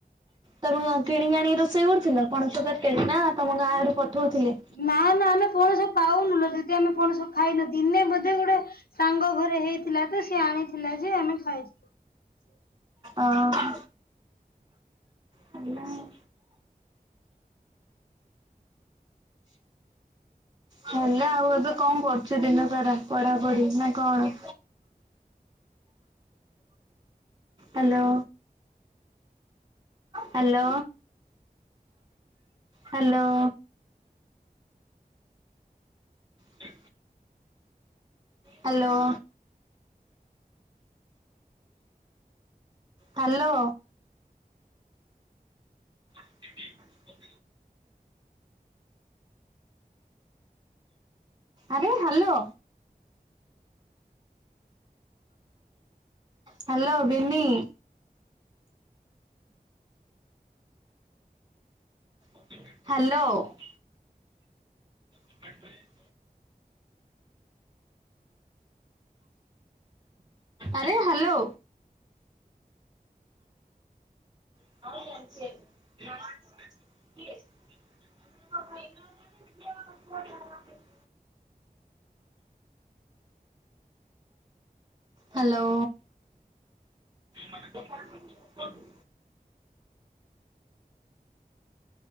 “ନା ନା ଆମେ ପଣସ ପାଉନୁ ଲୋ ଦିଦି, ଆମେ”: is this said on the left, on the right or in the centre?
Left